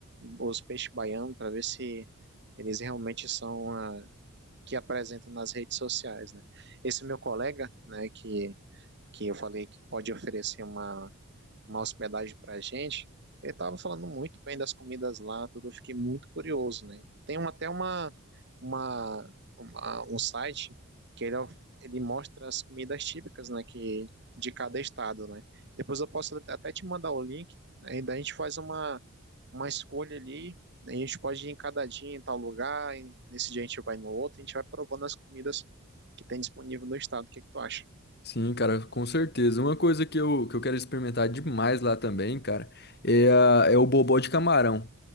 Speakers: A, on the right; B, on the left.
A: os peixes baianos para ver se eles realmente são ah, o que apresentam nas redes sociais, né? Esse meu colega, né, que que eu falei que pode oferecer uma uma hospedagem para a gente, ele estava falando muito bem das comidas lá, tudo, eu fiquei muito curioso, né? Tem uma- até uma, uma, uma- um site que ele, ele mostra as comidas típicas, né, que, de cada estado, né? Depois eu posso até até te mandar o link, aí daí a gente faz uma, uma escolha ali, né, a gente pode ir em cada dia em tal lugar, e nesse dia a gente vai no outro, a gente vai provando as comidas que tem disponível no estado, o que é que tu acha?
B: Sim, cara, com certeza. Uma coisa que eu, que eu quero experimentar demais lá também, cara, é, a- é o bobó de camarão.